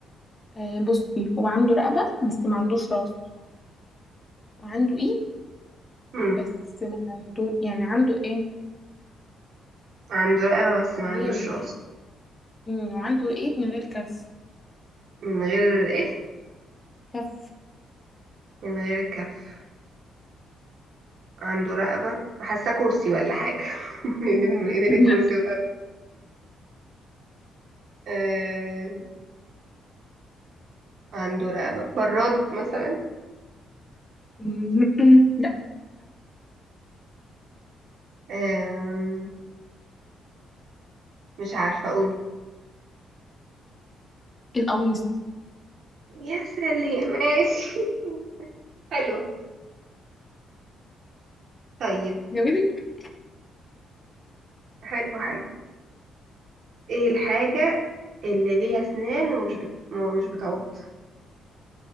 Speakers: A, on the left (about 20°); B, on the right (about 65°).
A: آه، بصي هو عنده رقبة بس ما عندوش راس وعنده ايد
B: امم
A: بس ما عنده يعني عنده ايه
B: عنده رقبة بس ما
A: اللي
B: عندوش
A: هي ال-
B: راس
A: م، وعنده ايد من غير كف
B: من غير ايه
A: كف
B: من غير كف عنده رقبة حاسة كرسي ولا حاجة <laughs> ايدين ايدين
A: لا
B: الكرسي والرقبة <laughs> عنده رقبة براد مثلا
A: م- لا
B: أم... مش عارفة أقول
A: القميص
B: يا سلام ماشي <laughs> حلو طيب
A: جابتك
B: حلو حلو ايه الحاجة اللي ليها أسنان ومش بت... مش بتعض